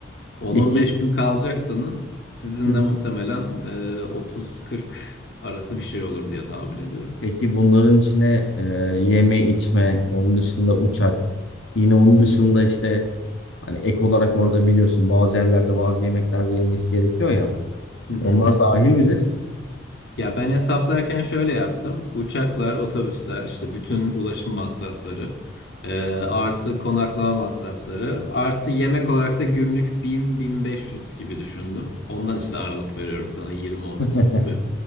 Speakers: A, on the left; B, on the left.
A: 10-15
B: Peki
A: gün kalacaksanız sizin
B: hı hı.
A: de muhtemelen e, 30-40 arası bir şey olur diye tahmin ediyorum.
B: Peki bunların içine e, yeme içme, onun dışında uçak, yine onun dışında işte hani ek olarak orada biliyorsun bazı yerlerde bazı yemeklerde yenmesi gerekiyor ya.
A: Hı hı.
B: Onlar dahil midir?
A: Ya ben hesaplarken şöyle yaptım. Uçaklar, otobüsler, işte bütün ulaşım masrafları, e, artı konaklama masrafları, artı yemek olarak da günlük bin bin beş yüz gibi düşündüm. Ondan işte aralık veriyorum sana yirmi otuz
B: <laughs>
A: gibi.